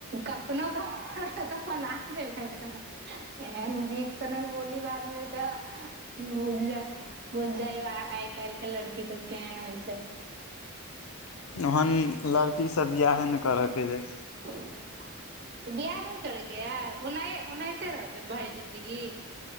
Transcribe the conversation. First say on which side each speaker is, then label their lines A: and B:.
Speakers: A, on the right; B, on the left.
A: कखनो कऽ तऽ बना देबै नऽ एहन बीख सनक बोली बाजबै तऽ बुझ जाय बुझ जाइयो आइ काल्हि कऽ लड़की सब केहन होइ छै
B: ओहन लड़की सऽ बियाहे ने करऽके जे
A: बियाह नहि करेके ये ओना ओनाहिते रहबै भरि जिंन्दगी